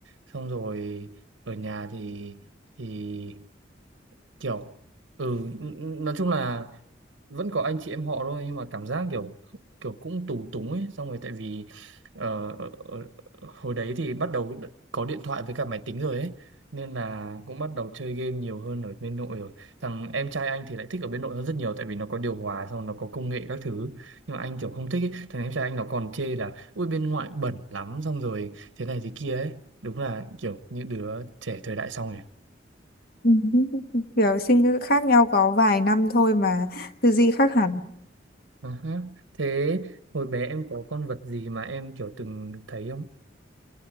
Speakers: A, on the right (about 85°); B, on the left (about 55°).
A: xong rồi ở nhà thì thì kiểu ừ nói chung là vẫn có anh chị em họ thôi nhưng mà cảm giác kiểu kiểu cũng tù túng ấy xong rồi tại vì ờ, ờ, ờ, hồi đấy thì bắt đầu có điện thoại với cả máy tính rồi ấy nên là cũng bắt đầu chơi game nhiều hơn ở bên nội rồi thằng em trai anh thì lại thích ở bên nội hơn rất nhiều tại vì nó có điều hòa xong rồi nó có công nghệ các thứ nhưng mà anh kiểu không thích ấy. thằng em trai anh nó còn chê là ui bên ngoại bẩn lắm xong rồi thế này thế kia ấy đúng là kiểu những đứa trẻ thời đại sau nhỉ
B: Ừ. kiểu sinh khác nhau có vài năm thôi mà tư duy khác hẳn
A: À ha. Thế hồi bé em có con vật gì mà em kiểu từng thấy không?